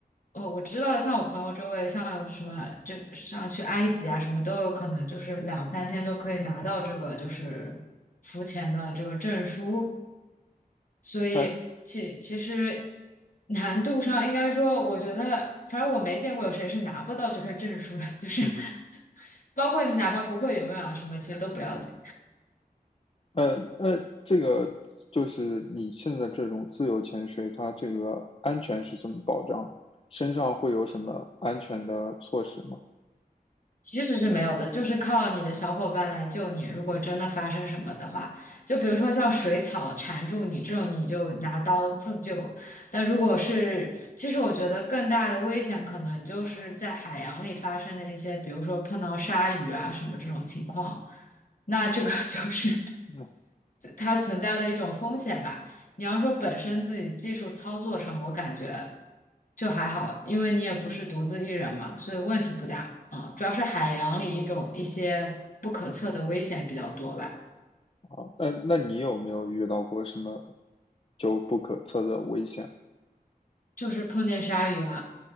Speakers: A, on the left; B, on the left.
A: 呃，我知道像我朋友周围，像有什么就像去埃及啊，什么都有可能，就是两三天都可以拿到这个就是浮潜的这个证书。所以其其实
B: 哎，
A: 难度上应该说，我觉得反正我没见过有谁是拿不到这个证书的，就是
B: 嗯
A: <laughs> 包括你哪怕不会游泳啊什么，其实都不要紧。
B: 嗯呃呃，这个就是你现在这种自由潜水，它这个安全是怎么保障的？身上会有什么安全的措施吗？
A: 其实是没有的，就是靠你的小伙伴来救你。如果真的发生什么的话，就比如说像水草缠住你这种，你就拿刀自救。但如果是，其实我觉得更大的危险可能就是在海洋里发生的一些，比如说碰到鲨鱼啊什么这种情况，那这个 <laughs> 就是
B: 嗯
A: 它存在的一种风险吧。你要说本身自己技术操作上，我感觉就还好，因为你也不是独自一人嘛，所以问题不大。啊。主要是海洋里一种一些不可测的危险比较多吧，
B: 好，那那你有没有遇到过什么就不可测的危险？
A: 就是碰见鲨鱼啊。